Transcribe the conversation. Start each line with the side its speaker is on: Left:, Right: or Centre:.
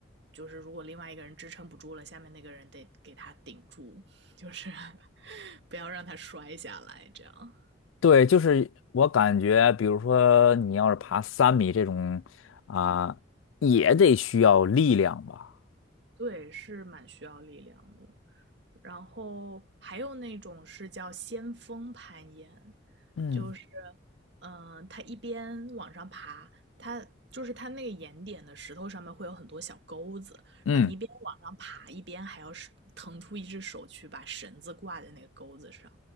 Right: 就是如果另外一个人支撑不住了，下面那个人得给他顶住，就是 <laughs> 不要让他摔下来，这样。
Left: 对，就是我感觉，比如说你要是爬三米这种啊，也得需要力量吧。
Right: 对，是蛮需要力量的。然后还有那种是叫先锋攀岩，
Left: 嗯
Right: 就是，嗯、它一边往上爬，它就是它那个岩点的石头上面会有很多小钩子，
Left: 嗯
Right: 然后你一边往上爬，一边还要是腾出一只手去把绳子挂在那个钩子上，